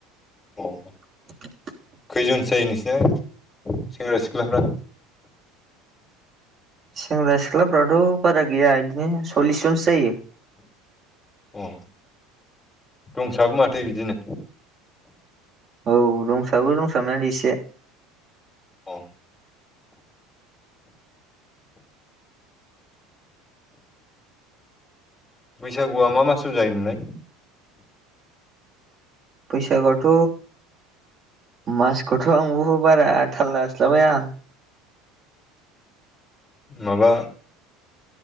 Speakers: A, on the left; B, on the right.
A: औ
B: <inaudible>
A: खैजनसो जायो नोंसिना सेंग्रा सिख्लाफ्रा
B: सेंग्रा सिख्लाफ्राथ' बारा गैया इदिनो सल्लिस जनसो जायो
A: अ दंसाबो माथो बिदिनो
B: औ दंसाबो दंसाबनायालाय एसे
A: औ <inaudible> बैसागुआ मा मासआव जायोमोनलाय
B: बैसागुआथ' मासखौथ' आंबो बारा थाल लास्लाबाया
A: माबा।